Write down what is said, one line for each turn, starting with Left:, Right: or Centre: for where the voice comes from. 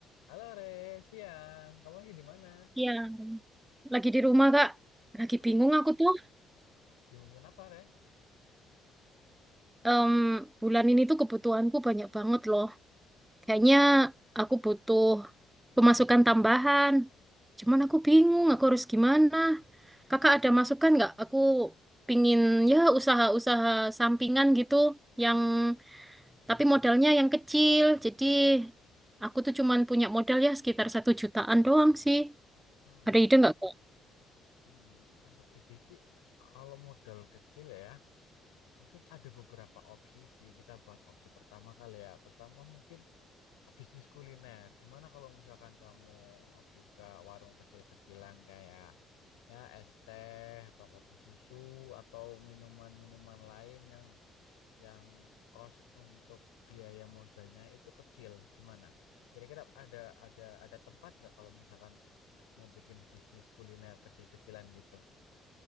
Left: Halo Re, siang. Kamu lagi di mana?
Right: Iya, lagi di rumah Kak. Lagi
Left: Ah,
Right: bingung aku tuh.
Left: Bingung kenapa, Re?
Right: Em, bulan ini tuh kebutuhanku banyak banget loh. Kayaknya aku butuh pemasukan tambahan. Cuman aku bingung, aku harus gimana. Kakak ada masukan nggak? Aku pingin ya usaha-usaha sampingan gitu, yang tapi modalnya yang kecil. Jadi aku tuh cuman punya modal ya sekitar satu jutaan doang sih.
Left: Hmm,
Right: Ada ide nggak Kak?
Left: hmm, Untuk ide sih, kalau modal kecil ya, mungkin ada beberapa opsi sih. Kita bahas opsi pertama kali ya. Pertama mungkin bisnis kuliner. Gimana kalau misalkan kamu eh, buka warung kecil-kecilan kayak ya es teh atau kopi susu atau minuman-minuman lain yang yang cost untuk biaya modalnya itu kecil gimana? Kira-kira ada ada ada tempat nggak kalau misalkan mau bikin bisnis kuliner kecil-kecilan gitu?